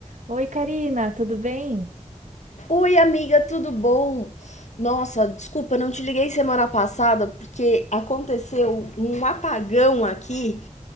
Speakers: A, on the right (about 80°); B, on the left (about 70°).
A: Oi, Karina, tudo bem?
B: Oi, amiga, tudo bom? Nossa, desculpa, não te liguei semana passada porque aconteceu um apagão aqui